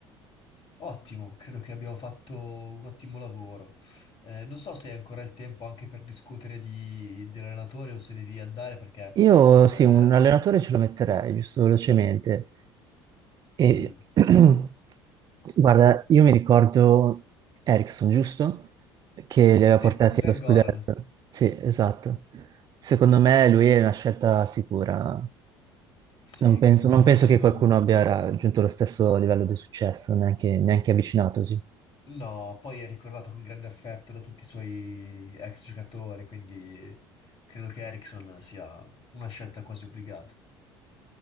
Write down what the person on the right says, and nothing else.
Io
sì, un allenatore ce lo metterei, giusto velocemente. E
<clears throat> guarda, io mi ricordo Ericsson, giusto? Che li aveva
portati
allo scudetto.
Sì, esatto. Secondo me lui è una scelta sicura.
Non penso,
non
penso
che qualcuno abbia raggiunto lo stesso livello di successo, neanche, neanche avvicinatosi.